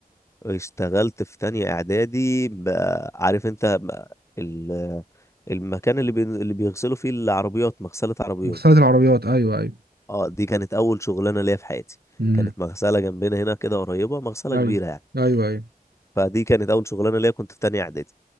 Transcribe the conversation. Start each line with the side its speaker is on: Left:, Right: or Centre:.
Left: اشتغلت في تانية اعدادي بقى- عارف انت بقى ال- المكان اللي بي... اللي بيغسلوا فيه العربيات مغسله عربيات
Right: مغسلة العربيات ايوه ايوه
Left: اه دي كانت اول شغلانه ليا في حياتي
Right: امم
Left: كانت مغسله جنبنا هنا كده قريبه مغسله
Right: ايوه
Left: كبيره يعني
Right: ايوه ايوه
Left: فدي كانت اول شغلانه ليا كنت في تانية اعدادي